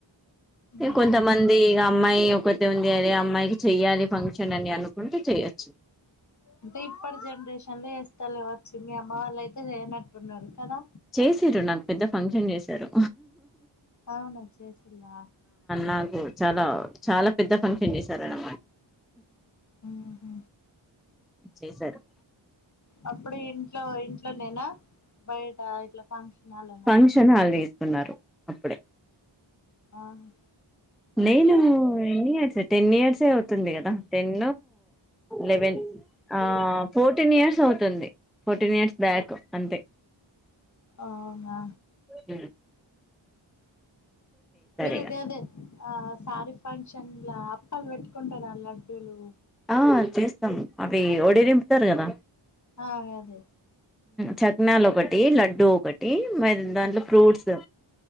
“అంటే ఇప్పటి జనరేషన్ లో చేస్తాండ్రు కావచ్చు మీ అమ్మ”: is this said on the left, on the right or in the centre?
Left